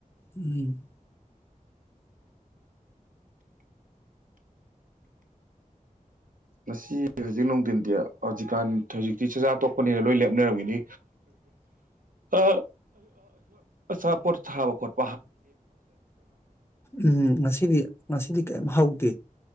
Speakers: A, on the left; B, on the right.
A: ꯎꯝ
B: ꯉꯁꯤ ꯍꯧꯖꯤꯛ ꯅꯨꯡꯊꯤꯟꯗꯤ ꯍꯧꯖꯤꯛꯀꯥꯟ ꯍꯧꯖꯤꯛꯇꯤ ꯆꯥꯛꯆꯥꯥ ꯇꯣꯛꯄꯅꯤꯅ ꯂꯣꯏ ꯂꯦꯞꯅꯔꯝꯃꯤꯅꯤ ꯑ ꯑ ꯆꯥ ꯄꯠ ꯆꯥꯈꯠ
A: ꯎꯝ ꯉꯁꯤꯗꯤ ꯉꯁꯤꯗꯤ ꯀꯩꯝ ꯍꯧꯥꯎꯦ